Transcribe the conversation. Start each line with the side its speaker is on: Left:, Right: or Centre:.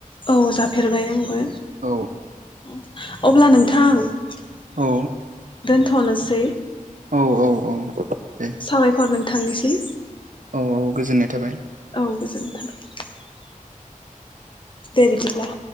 Left: औ जाफेरबाय आंबो
Right: औ
Left: औ। अब्ला नोंथां दोनथ।
Right: औ
Left: थनोसै।
Right: औ औ औ दे
Left: साबायखर नों। थांनिसिम।
Right: औ औ गोजोननाय थाबाय।
Left: औ गोजोननाय थाबाय। दे बिदिब्ला।